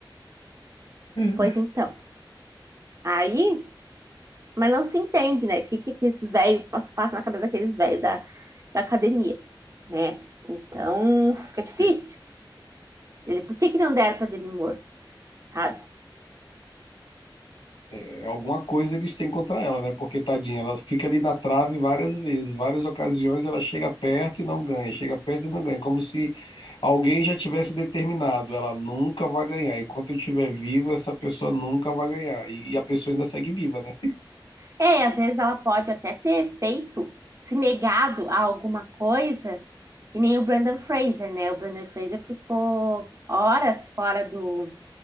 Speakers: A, on the left (about 80°); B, on the right (about 40°).
A: <laughs>
B: Pois então, aí Mas não se entende, né? O que, que, que esses velhos passa, passa na cabeça daqueles velhos da, da academia, né? Então fica difícil.
A: É,
B: Ele, por que, que não deram para Demi Moore, sabe?
A: é, alguma coisa eles têm contra ela, né? Porque, tadinha, ela fica ali na trave várias vezes, várias ocasiões ela chega perto e não ganha, chega perto e não ganha, como se alguém já tivesse determinado, ela nunca vai ganhar. Enquanto eu estiver vivo, essa pessoa nunca vai ganhar. E, e a pessoa ainda segue viva, né?
B: É, e às vezes ela pode até ter feito, se negado a alguma coisa, e nem o Brandon Fraser, né? O Brandon Fraser ficou horas fora do,